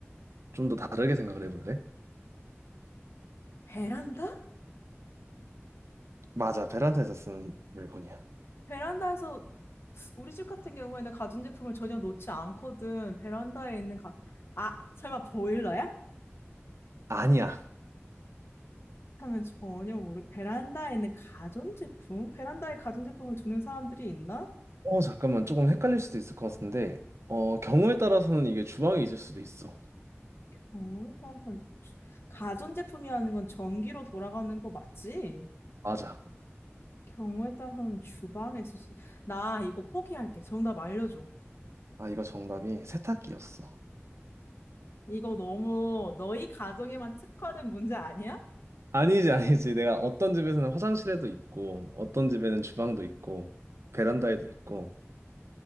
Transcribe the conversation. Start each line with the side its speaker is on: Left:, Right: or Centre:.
Right: 좀 더 다르게 생각을 해볼래?
Left: 베란다?
Right: 맞아, 베란다에서 쓰는 물건이야.
Left: 베란다에서 우리 집 같은 경우에는 가전제품을 전혀 놓지 않거든. 베란다에 있는 가, 아, 설마 보일러야?
Right: 아니야.
Left: 하면 전혀 모르, 베란다에 있는 가전제품? 베란다에 가전제품을 두는 사람들이 있나?
Right: 어, 잠깐만. 조금 헷갈릴 수도 있을 것 같은데. 어, 경우에 따라서는 이게 주방에 있을 수도 있어.
Left: 어, 따라 주- 가전제품이라는 건 전기로 돌아가는 거 맞지?
Right: 맞아.
Left: 경우에 따라서는 주방에 서 수, 나 이거 포기할게. 정답 알려줘.
Right: 아, 이거 정답이 세탁기였어.
Left: 이거 너무 너희 가정에만 특화된 문제 아니야?
Right: 아니지, 아니지. 내가 어떤 집에서는 화장실에도 있고, 어떤 집에는 주방도 있고, 베란다에도 있고.